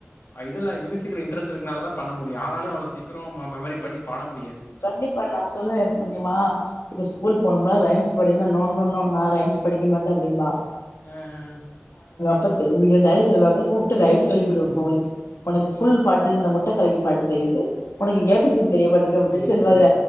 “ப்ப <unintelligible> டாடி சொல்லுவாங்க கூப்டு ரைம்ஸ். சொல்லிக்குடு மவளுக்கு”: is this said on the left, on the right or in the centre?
Left